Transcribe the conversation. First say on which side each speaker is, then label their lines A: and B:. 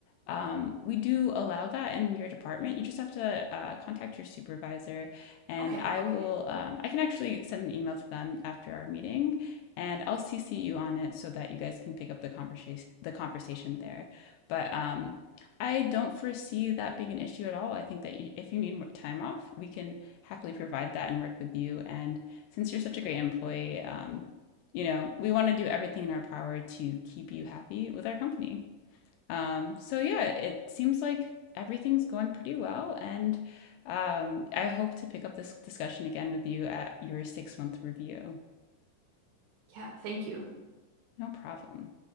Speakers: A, on the left (about 85°); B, on the right (about 80°).
A: um, we do allow that in your department. You just have to uh, contact your supervisor, and
B: Okay.
A: I
B: Okay.
A: will, um, I can actually send an email to them after our meeting, and I'll CC you on it so that you guys can pick up the conversation, the conversation there. But um, I don't foresee that being an issue at all. I think that you, if you need more time off, we can happily provide that and work with you. And since you're such a great employee, um, you know, we want to do everything in our power to keep you happy with our company. Um, so yeah, it seems like everything's going pretty well, and um, I hope to pick up this discussion again with you at your six month review.
B: Yeah, thank you.
A: No problem.